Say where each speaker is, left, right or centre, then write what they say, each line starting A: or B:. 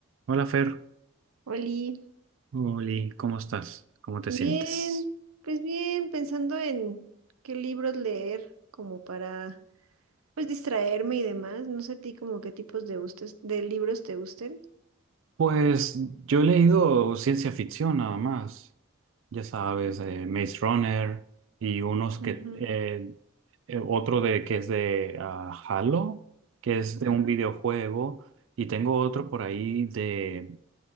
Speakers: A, on the right (about 65°); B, on the right (about 85°).
A: Hola Fer,
B: Oli,
A: Oli, ¿cómo estás? ¿Cómo te
B: bien,
A: sientes?
B: pues bien, pensando en qué libros leer como para pues distraerme y demás. No sé a ti como qué tipos de gustes, de libros te gusten.
A: Pues yo he leído ciencia ficción nada más, ya sabes, eh, Maze Runner y unos que,
B: Ujú,
A: eh, eh, otro de que es de ah, Halo, que es de
B: ujú.
A: un videojuego, y tengo otro por ahí de,